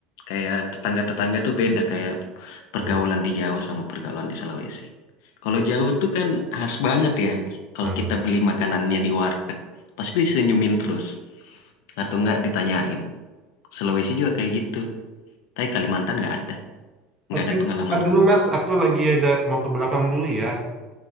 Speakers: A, on the left; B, on the right.
A: Kayak tetangga-tetangga tuh beda kayak pergaulan
B: hmm,
A: di Jawa sama pergaulan di Sulawesi. Kalau Jawa tuh kan khas banget ya. Kalau
B: hmm.
A: kita beli makanannya di warteg, pasti disenyumin terus atau enggak ditanyain. Sulawesi juga kayak gitu. Tapi Kalimantan nggak ada, nggak
B: Oke,
A: ada pengalamanku.
B: ntar dulu Mas, aku lagi ada mau ke belakang dulu ya.